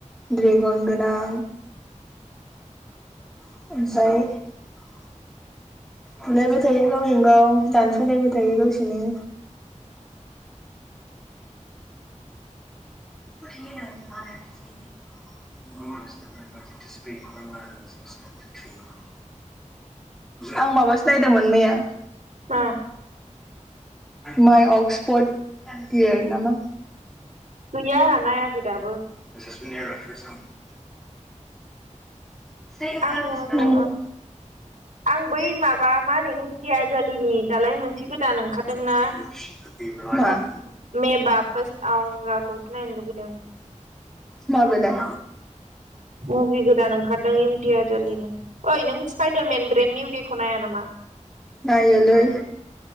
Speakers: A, in the centre; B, on the right.
A: ड्रेगन गोनां। <unintelligible> बुलायबाय थायो गावजों गाव दानस'लायबाय थायो दसेनो। <unintelligible> <unintelligible> आं माबासो नायदोंमोन मैया
B: उम
A: माइ अक्सफर्ड इयार नामा?
B: गैया आहा नायाखै दाबो।
A: <unintelligible> <unintelligible>
B: आङो आं बै माबा मा होनो इमटियार जलिनि दालाय मोनसे गोदान ओंखारदों ना?
A: <unintelligible> मा?
B: मे बापस आउगा खौसो नायनो लुगैदों।
A: मा बेलाय?
B: मुभि गोदान ओंखारदों इमटि आजालिनि ओइ नों स्पाइडारमेन ब्रेन्ड निउ खौ नाया नामा?
A: नायोलै।